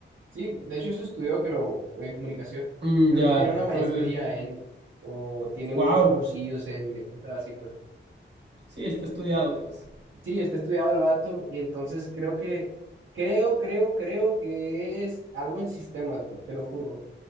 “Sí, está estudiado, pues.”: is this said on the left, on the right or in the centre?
Right